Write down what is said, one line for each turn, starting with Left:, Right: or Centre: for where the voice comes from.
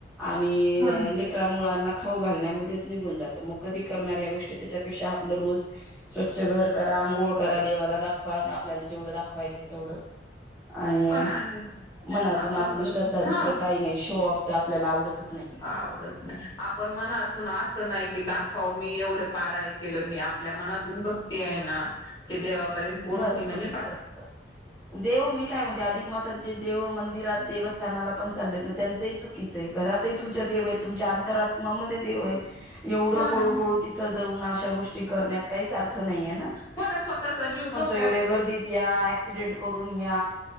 Centre: आणि
Left: पण
Centre: शकरा मुळांना खाऊ घालण्यामध्येच निघून जात मग कधी करणार या गोष्टी त्याच्यापेक्षा आपलं रोज स्वच्छ घर करा आंघोळ करा देवाला दाखवा आणि आपल्याला जेवढं दाखवायचं तेवढं आणि
Left: पण आणि
Centre: मनातून
Left: आपण
Centre: आपली
Left: कस
Centre: श्रद्धा दुसरं
Left: हा
Centre: काही नाही शोऑफ ते आपल्याला आवडतच नाही
Left: आवडत नाही आपण मनातून असं नाही की दाखव मी एवढे पारायण केलं मी आपल्या मनातून भक्ती आहे ना ते देवापर्यंत पोहोचली
Centre: बस
Left: म्हणजे
Centre: बस
Left: पास
Centre: बस बस देव मी काय म्हणते अधिक मासात जे देव मंदिरात देवस्थानाला पण चाललेत ना त्यांचंही चुक कीच आहे घरातही तुमच्या देव आहे तुमच्या आंतरातत्मामध्ये देव आहे एवढं
Left: हो
Centre: पळू
Left: ना हो
Centre: पळू तिथं जाऊन अशा गोष्टी करण्यात काहीच अर्थ नाहीय
Left: पण स्वतःचा जीव ो
Centre: एवढ गर्दीत या अक्सिडेंट करून या